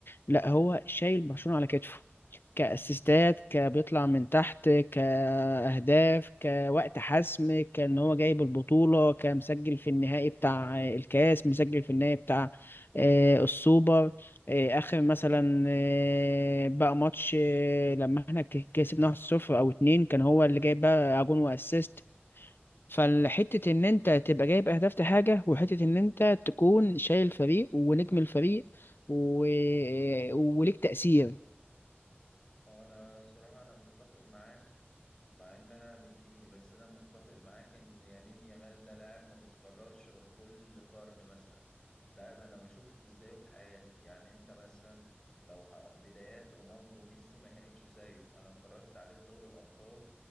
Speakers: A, on the left; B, on the left.
A: لا هو شايل برشلونة على كتفه كاسيستات كبيطلع من تحت كاهداف كوقت حسم كان هو جايب البطوله كمسجل في النهائي بتاع الكاس مسجل في النهائي بتاع آه، السوبر آه، اخر مثلا آه، بقى ماتش آه، لما احنا ك- كسبنا 1-0 او 2 كان هو اللي جايب بقى جون واسيست فالحتة إن أنت تبقى جايب أهداف دي حاجة وحتة إن أنت تكون شايل فريق ونجم الفريق و... آه، وليك تأثير
B: هو انا الصراحه انا متفق معاك مع ان انا مدريدي بس انا متفق معاك ان يمين يامال ده لاعب ما بيتكررش غير كل قرن مثلا لاعب انا ما شفت ازايه في حياتي يعني انت مثلا لو ح... بدايات رونالدو وميسي ما كانتش زيه انا اتفرجت عليه في دوري الابطال